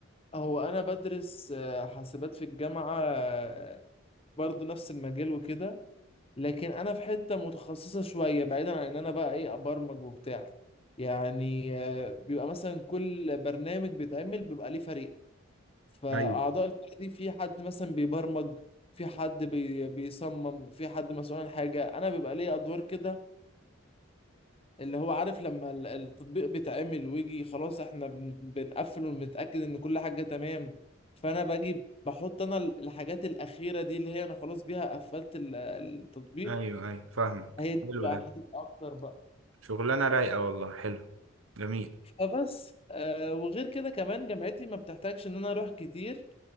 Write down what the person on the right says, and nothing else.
ايوه
ايوه ايوه فاهمك
حلو
ده
شغلانة رايقة والله حلو جميل